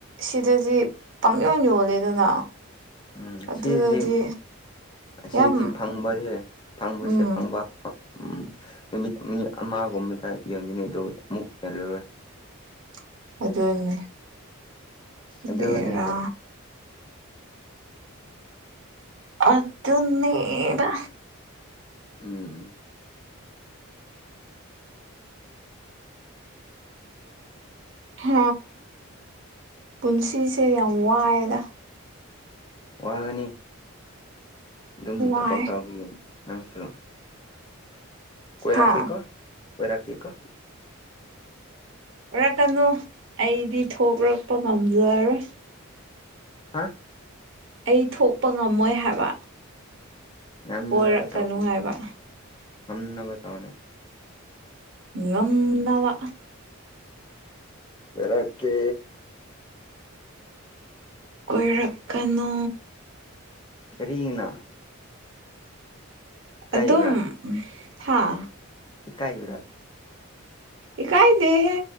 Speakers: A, on the right; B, on the left.
A: ꯁꯤꯗꯗꯤ ꯄꯪꯌꯣꯟ ꯌꯣꯜꯂꯦꯗꯅ
B: ꯎꯝ
A: ꯑꯗꯨꯗꯗꯤ
B: ꯁꯤꯗꯗꯤ ꯑꯁꯤꯗꯤ
A: ꯌꯥꯝ
B: ꯐꯪꯕꯁꯦ ꯐꯪꯕꯁꯦ
A: ꯎꯝ
B: ꯐꯪꯕ ꯎꯝ ꯅꯨꯃꯤꯠ ꯃꯤ ꯑꯃꯒꯨꯝꯕꯗ ꯌꯣꯟꯒꯅꯤ ꯑꯗꯨ ꯑꯃꯨꯛ ꯌꯣꯜꯂꯔꯣꯏ
A: <inaudible> ꯑꯗꯨꯅꯦ
B: ꯑꯗꯨꯅꯦꯕ
A: ꯕꯦꯔꯥ ꯑꯗꯨꯅꯦꯗ
B: ꯎꯝ
A: ꯍꯥ ꯄꯨꯟꯁꯤꯁꯦ ꯌꯥꯝ ꯋꯥꯏꯌꯦꯗ
B: ꯋꯥꯒꯅꯤ ꯑꯗꯨꯝ
A: ꯋꯥꯏ
B: ꯊꯕꯛ ꯇꯧꯕꯒꯤ ꯅꯪꯁꯨ ꯀꯣꯏꯔꯛꯀꯦꯀꯣ
A: ꯍꯥ
B: ꯀꯣꯏꯔꯛꯀꯦꯀꯣ
A: ꯑꯣꯏꯔꯛꯀꯅꯨ ꯑꯩꯗꯤ ꯊꯣꯛꯔꯛꯄ ꯉꯝꯖꯔꯣꯏ
B: ꯍꯥ
A: ꯑꯩ ꯊꯣꯛꯄ ꯉꯝꯃꯣꯏ ꯍꯥꯏꯕ
B: ꯉꯝꯅꯕ
A: ꯀꯣꯏꯔꯛꯀꯅꯨ
B: ꯇꯧꯋꯣ
A: ꯍꯥꯏꯕ
B: ꯉꯝꯅꯕ ꯇꯧꯅꯤ
A: ꯉꯝꯗꯕ
B: ꯀꯣꯢꯔꯛꯀꯦ
A: ꯀꯣꯏꯔꯛꯀꯅꯣ
B: ꯀꯔꯤꯒꯤꯅꯣ ꯏꯀꯥꯏꯕ꯭ꯔꯥ
A: ꯑꯗꯨꯝ ꯍꯥꯥ
B: ꯏꯀꯥꯢꯕ꯭ꯔꯣ
A: ꯏꯀꯥꯏꯗꯦꯍꯦ